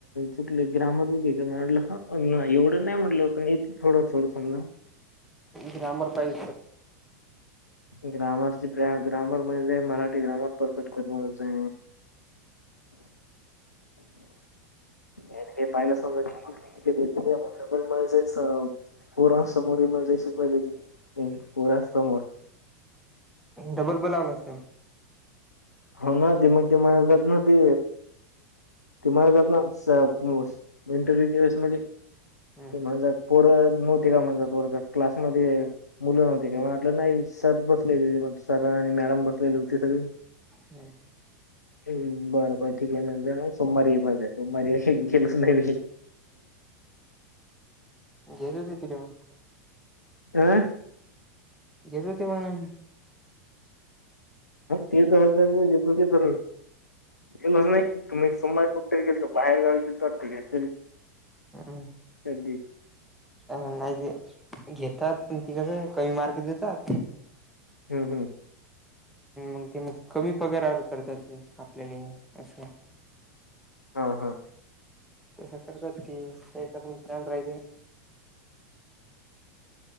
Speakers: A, on the left; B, in the centre.
A: चुकले ग्रामर वगे का म्हटलं ह एवढं नाही म्हटलं पण थोडं थोडं समला.
B: ग्रमर पाहि.
A: ग्रामरची ग्रामर म्हणे मराठी ग्रामर पर. कटक जा. आणि हे पाहियला समजाल म्हण. स पुराण समोर मजशी पहिले त पुराण समोर.
B: डबल बोलाव ना का.
A: हो ना ते मग ते म जात ना ते ते म जात ना. तुम इंटरव्यस मले.
B: हम
A: म्हणात पोर नव्हते का म्हणजात वर क्लासमध्ये. मुलं नव्हती का म्हटलं नाही सर बसले सर आणि मॅडम बसलेले होते सगळे.
B: हम्म
A: हम् बर बर ठीक आहे न सोमवारी ये माझ सोमवारी गेलंच नाही मी.
B: घेत होते तिथ मग.
A: आह
B: घेत होते मग.
A: तीस हजजती प. गेलो नाही तुम्ही सोमवार कटेर गेलो बाहेरावी गेल तरोे.
B: हम्
A: दिवशी.
B: अ नाही ते घेतात तिकडे कमी मार्क देतात.
A: हम हम्
B: मग ते मग कमी पगारावर करतात आपल्याला असं.
A: हा हा
B: तें करतात की त्याचा पण फॅन राहाते.